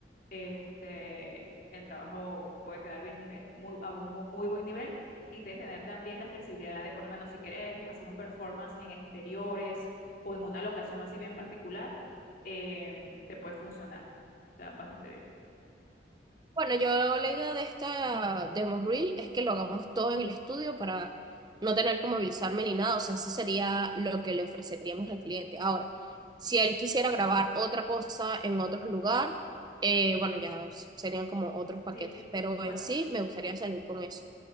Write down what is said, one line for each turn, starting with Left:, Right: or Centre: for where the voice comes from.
Left: este, el trabajo puede quedar bien nivel, muy, a un mu- muy buen nivel y de tener también la flexibilidad de, por lo menos, si quieres hacer un performance en exteriores o en una locación así bien particular, eh, te puede funcionar. O sea, bastante bien.
Right: Bueno, yo la idea de esta demo reel es que lo hagamos todo en el estudio para no tener que movilizarme ni nada. O sea, eso sería lo que le ofreceríamos al cliente. Ahora, si él quisiera grabar otra cosa en otro lugar, eh, bueno, ya serían como otros paquetes.
Left: Sí,
Right: Pero
Left: bueno,
Right: en sí, me gustaría salir con eso.